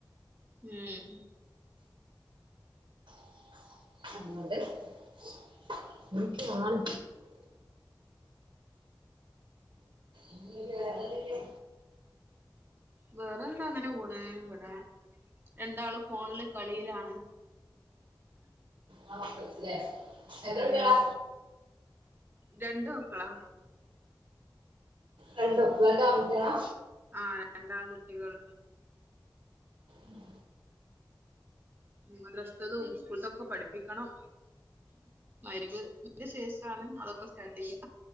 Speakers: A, on the right; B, on the right.
A: ഉം
B: <unintelligible> വീട്ടിൽ ആണ് ഇങ്ങനെയൊക്കെ വേറെ എന്തൊക്കെയാ?
A: വേറെന്താ അങ്ങനെ പോണ് ഇവിടെ രണ്ടാൾ ഫോണില് കളിയിലാണ്
B: ആ മക്കൾസ് ല്ലേ? എത്ര
A: ഉം
B: കുട്ടികളാ?
A: രണ്ടു മക്കളാ
B: രണ്ടും രണ്ടു ആൺ കുട്ട്യാളാ
A: ആഹ് രണ്ട് ആൺ കുട്ടികൾ
B: ഉം
A: മദ്രസ്സ്തതും സ്കൂൾതൊക്കെ പഠിപ്പിക്കണം മഹ്രിബ്ന്റെ ശേഷാണ് അതൊക്കെ സ്റ്റാർട്ട് ചെയ്യാ